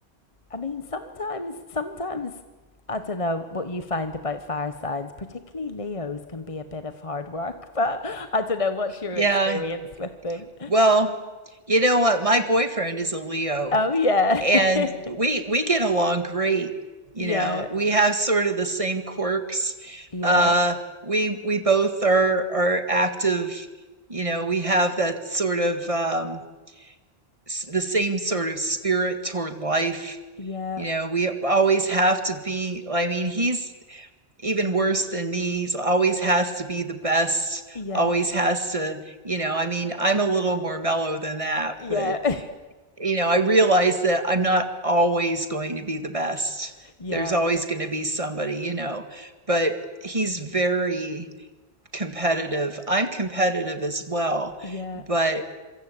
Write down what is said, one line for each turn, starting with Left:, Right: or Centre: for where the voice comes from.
Left: I mean, sometimes sometimes I don't know what you find about fire signs, particularly Leos can be a bit of hard work, <laughs> but I don't know what's your
Right: Yeah.
Left: experience with them.
Right: Well, you know what? My boyfriend is a Leo
Left: Oh yeah.
Right: and
Left: <laughs>
Right: we we get along great. You
Left: Yeah.
Right: know, we have sort of the same quirks.
Left: Yeah.
Right: Uh we we both are are active, you know, we have that sort of um s- the same sort of spirit toward life.
Left: Yeah.
Right: You know, we always have to be, I mean, he's even worse than me. He's always has to be the best,
Left: Yeah.
Right: always has to, you know, I mean, I'm a little more mellow than that,
Left: Yeah.
Right: but, you know, I realize that I'm not always going to be the best.
Left: <laughs> Yeah.
Right: There's always going to be somebody, you know, but he's very competitive. I'm competitive as well,
Left: Yeah.
Right: but,